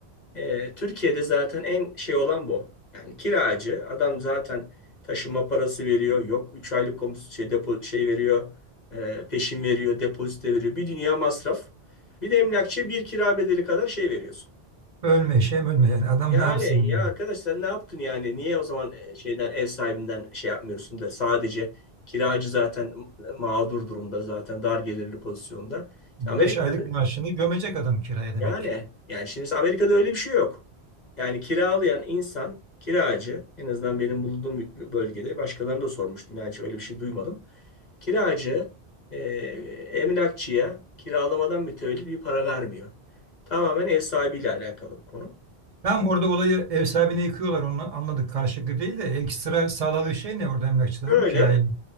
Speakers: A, on the left; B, on the right.
A: E, Türkiye'de zaten en şey olan bu. Yani kiracı adam zaten taşıma parası veriyor. Yok 3 aylık komis şey depo şey veriyor. e, peşin veriyor, depozite veriyor. Bir dünya masraf. Bir de emlakçıya bir kira bedeli kadar şey veriyorsun.
B: Ölme, şey mi ölme yani adam
A: Yani
B: ne yapsın?
A: ya arkadaş sen ne yaptın yani? Niye o zaman e, şeyden ev sahibinden şey yapmıyorsun da sadece kiracı zaten mağdur durumda zaten dar gelirli pozisyonda. İşte
B: 5
A: Amerika
B: aylık maaşını gömecek adam kiraya demek.
A: Yani yani şimdi Amerika'da öyle bir şey yok. Yani kiralayan insan kiracı en azından benim bulunduğum bölgede başkalarını da sormuştum yani hiç öyle bir şey duymadım. Kiracı e, emlakçıya kiralamadan mütevellit bir para vermiyor. Tamamen ev sahibiyle alakalı bu konu.
B: Tamam orada olayı ev sahibine yıkıyorlar onu anladık karşılıklı değil de ekstra sağladığı şey ne orada emlakçıların
A: Böyle
B: kiraya?